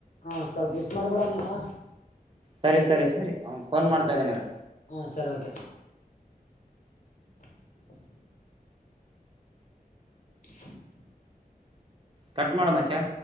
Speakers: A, on the left (about 55°); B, on the right (about 35°).
A: ಹಾ ಸ್ವಲ್ಪ ಲಿಸ್ಟ್ ಮಾಡ್ಬಿಡ ನೀನು
B: ಸರಿ ಸರಿ ಸರಿ
A: ಹ್ಮ್
B: ಫೋನ್ ಮಾಡ್ತಾಯಿದ್ದಾನೆ
A: ಓಕೆ
B: ಇರು
A: ಹ್ಮ್ ಸರಿ ಓಕೆ <inaudible> <inaudible>
B: ಕಟ್ ಮಾಡ್ ಮಚ್ಚ